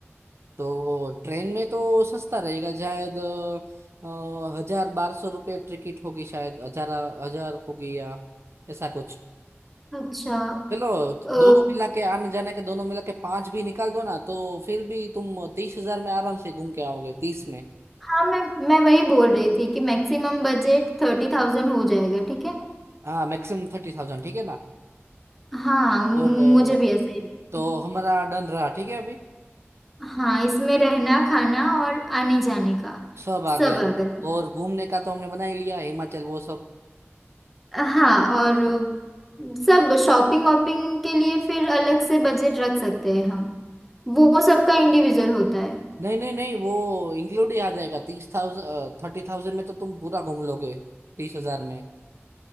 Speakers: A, on the right (about 70°); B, in the centre.
A: तो ट्रेन में तो सस्ता रहेगा शायद अ, हजार बारह सौ रुपये टिकट होगी शायद हजार हजार होगी या ऐसा कुछ
B: अच्छा
A: चलो
B: अ,
A: दोनों मिला के आने जाने के दोनों मिला के पांच भी निकाल दो ना तो फिर भी तुम तीस हजार में आराम से घूम के आओगे तीस में
B: हाँ मैं मैं वही बोल रही थी कि मैक्सिमम बजट थर्टी थाउजेंड हो जाएगा ठीक है
A: हाँ मैक्सिमम थर्टी थाउजेंड ठीक है ना
B: हाँ मुझे
A: और अ,
B: भी ऐसे ही लगा।
A: तो हमारा डन रहा ठीक है अभी
B: हाँ इसमें रहना खाना और आने जाने का
A: सब आ
B: सब
A: गया
B: आ गया
A: और घूमने का तो हमने बना ही लिया हिमाचल वो सब
B: हाँ और सब शॉपिंग वॉपिंग के लिए फिर अलग से बजट रख सकते हैं हम वो सबका इंडिविजुअल होता है
A: नहीं नहीं नहीं वो इंक्लूड ही आ जाएगा तीस थाउजेंड थर्टी थाउजेंड में तो तुम पूरा घूम लोगे तीस हजार में